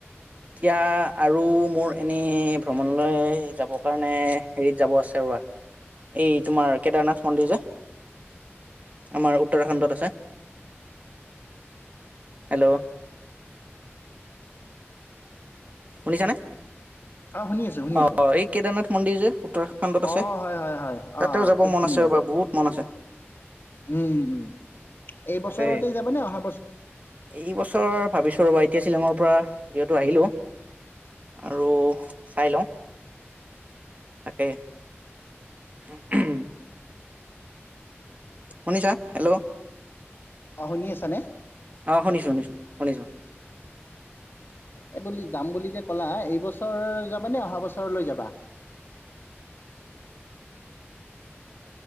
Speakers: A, on the right; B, on the left.
A: এতিয়া আৰু মোৰ এনেই ভ্ৰমণলৈ যাব কাৰণে হেৰিৰিত যাব আছে ৰবা। এই তোমাৰ কেদাৰনাথ মন্দিৰ যে, আমাৰ উত্তৰাখণ্ডত আছে। হেল্ল' শুনিছানে?
B: অঁ শুনি আছোঁ শুনি
A: অ
B: আছোঁ
A: এই কেদাৰনাথ মন্দিৰ যে উত্তৰা খান্দত আছে
B: অঁ হয় হয় হয়
A: তাতেও
B: অঁ অঁ
A: যাব
B: খুব
A: মন
B: সুন্দৰ
A: আছে ৰবা বহুত মন আছে।
B: উম উম এই
A: তাকে
B: বছৰতে যাব নে অহা বছ
A: এই বছৰ ভাবিছো ৰ'বা এতিয়া শ্বিলঙৰ পৰা যিহেতু আহিলো। আৰু চাই লওঁ তাকে। <unintelligible> শুনিছা হেল্ল'?
B: অ শুনি আছা নে?
A: অ শুনিছো শুনিছো শুনিছো।
B: এ বুলি যাম বুলি যে ক'লা এইবছৰ যাবানে অহা বছৰলৈ যাবা?